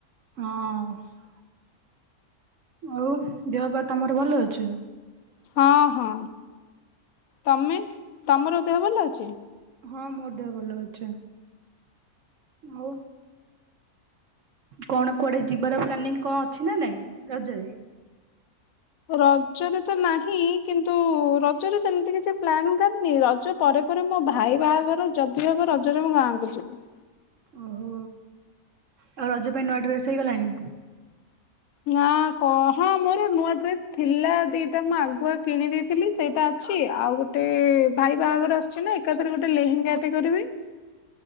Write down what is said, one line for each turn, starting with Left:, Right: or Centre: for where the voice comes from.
Right: ହଁ। ଆଉ ଦେହ ପା ତମର ଭଲ ଅଛି?
Left: ହଁ ହଁ। ତମେ ତମର ଦେହ ଭଲ ଅଛି?
Right: ହଁ ମୋର ଦେହ ଭଲ ଅଛି। ଆଉ କଣ କୁଆଡେ ଯିବାର ପ୍ଲାନିଂ କଣ ଅଛି ନା ନାଇଁ ରଜରେ?
Left: ରଜରେ ତ ନାହିଁ। କିନ୍ତୁ ରଜରେ ସେମିତି କିଛି ପ୍ଲାନ୍ କରିନି ରଜ ପରେ ପରେ ମୋ ଭାଇ ବାହାଘର ଯଦି ହେବ ରଜରେ ମୁଁ ଗାଁକୁ ଯିବି।
Right: ଓହୋ ଆଉ ରଜ ପାଇଁ ନୂଆ ଡ୍ରେସ୍ ହେଇଗଲାଣି।
Left: ନା କ ହଁ ମୋର ନୂଆ ଡ୍ରେସ ଥିଲା ଦିଟା ମୁଁ ଆଗୁଆ କିଣିଦେ ଥିଲି ସେଇଟା ଅଛି। ଆଉ ଗୋଟେ ଭାଇ ବାହାଘର ଆସୁଛି ନା ଏକାଥରେ ଗୋଟେ ଲେହେଙ୍ଗାଟେ କରିବି।